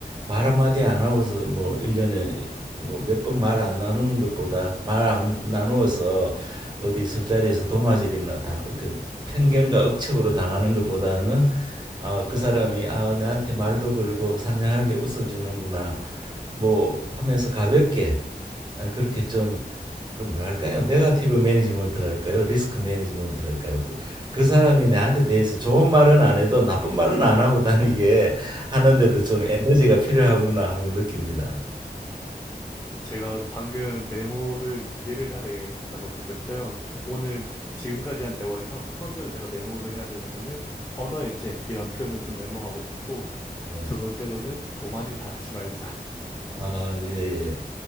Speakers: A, on the right; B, on the left.
A: 말 한마디 안 하고서 뭐 일년에 뭐 몇 번 말 안 나누는 것보다 말 안 나누어서 어디 술자리에서 도마질이나 당, 그 편견과 억측으로 당하는 것보다는 아, 그 사람이 아, 내한테 말도 걸고 상냥하게 웃어주는구나 뭐 하면서 가볍게 아, 그렇게 좀 그 뭐랄까요? 네가티브 매니지먼트랄까요? 리스크 매니지먼트랄까요? 그, 그 사람이 나한테 대해서 좋은 말은 안 해도 나쁜 말은 안 하고 다니게 하는데도
B: 네.
A: 좀 에너지가 필요하구나 하고 느낍니다.
B: 제가 방금 메모를 두 개를 해야 되겠다고 느꼈어요. 오늘 지금까지 한 대화에서 첫 번째로 제가 메모를 해야 되는 거는 언어의 잽이란 표현을 좀 메모하고 싶고
A: 네.
B: 두 번째로는 도마질 당하지 말자.
A: 아, 예, 예.